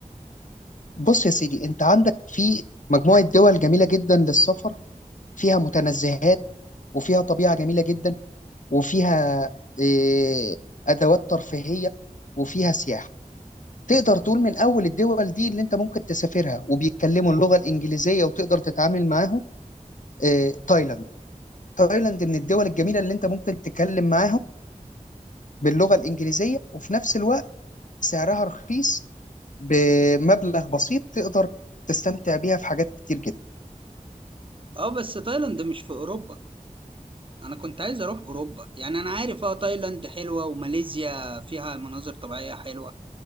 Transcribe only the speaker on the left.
بص يا سيدي انت عندك في مجموعة دول جميلة جدا للسفر فيها متنزهات وفيها طبيعة جميلة جدا وفيها اه أدوات ترفيهية وفيها سياحة تقدر تقول من أول الدول دي اللي أنت ممكن تسافرها وبيتكلموا اللغة الإنجليزية وتقدر تتعامل معاهم اه تايلاند تايلاند من الدول الجميله اللي انت ممكن تتكلم معاهم باللغه الانجليزيه وفي نفس الوقت سعرها رخيص بمبلغ بسيط تقدر تستمتع بيها في حاجات كتير جدا